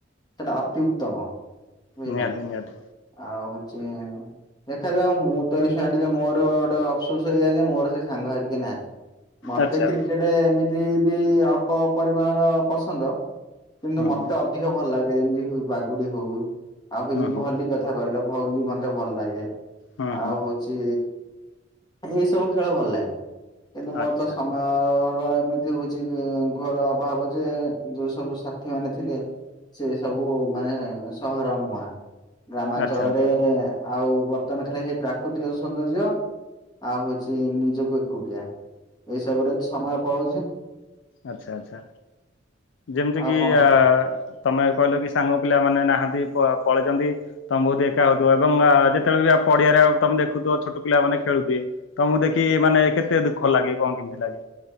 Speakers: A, on the left; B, on the left.
A: ସେଟା ଅତି ଉତ୍ତମ ବୁଝିଲ
B: ନିହାତି ନିହାତି
A: ଆଉ ହଉଚି ଦେଖାଯାଉ ମୁଁ ତ ଏଇ ଶୁଆ ଟିକେ ମୋର ଗୋଟେ ଅଫ୍ ସୋସ୍ ହେଇଯାଉଚି ଯେ ମୋର କେଇ ସାଙ୍ଗ ସାଥି କେହି ନାହାନ୍ତି। ମତେ
B: ଆଚ୍ଛା
A: କ୍ରିକେଟେ ଏମିତି ବି ଅଳ୍ପ ପରିମାଣର ପସନ୍ଦ। କିନ୍ତୁ
B: ହୁଁ
A: ମତେ
B: ହୁଁ।
A: ଅଧିକ ଭଲ ଲାଗେ ଯେମିତି ହଉ ବାଗୁଡି ହଉ ଆଉ କିଛି
B: ହଁ ହଁ
A: ଭଲିଗଡ୍ ଠିକ୍ କଥା କଇଲ ଭଲିବଲ୍ ମତେ ଭଲ ଲାଗେ
B: ହଁ
A: ଆଉ
B: ହଁ
A: ହଉ ଚି ଏଇ ସବୁ ଖେଳ ଭଲ ଲାଗେ କିନ୍ତୁ ମୋର
B: ଆଚ୍ଛା
A: ତ ସମୟ ଆ ଏମିତି ହଉଚି ଘୋର ଅଭାବ ଯେ ଯୋଉ ସବୁ ସାଥି ମାନେ ଥିଲେ। ସେ ସବୁ ମାନେ ସହର ମୁହାଁ ଗ୍ରାମାଞ୍ଚଳରେ
B: ଆଚ୍ଛା ଆଚ୍ଛା
A: ଆଉ ବର୍ତ୍ତମାନ ଖାଲି ସେଇ ପ୍ରାକୃତିକ ସୌନ୍ଦର୍ଯ୍ୟ ଆଉ ହଉଚି ନିଜକୁ ଏକୁଟିଆ। ଏ ସବୁରେ ସମୟ ପଳଉଚି।
B: ଆଛା ଆଚ୍ଛା। ଯେମିତିକି
A: ଆଉ କଣ
B: ଆ
A: ସବୁ।
B: ତମେ ଏବେ କଇଲ କି ସାଙ୍ଗ ପିଲାମାନେ ନାହାନ୍ତି ପ ପଳେଇଚନ୍ତି। ତମେ <inaudible> ଏକା ହଉଥିବ ତ ଆ ଯେତେବେଳେ ବି ପଡିଆରେ ତମେ ଦେଖୁଥିବ ଛୋଟ ପିଲା ମାନେ ଖେଳୁଥିବେ। ତମକୁ ଦେଖି ମାନେ କେତେ ଦୁଃଖ ଲାଗେ କଣ କେମିତି ଲାଗେ?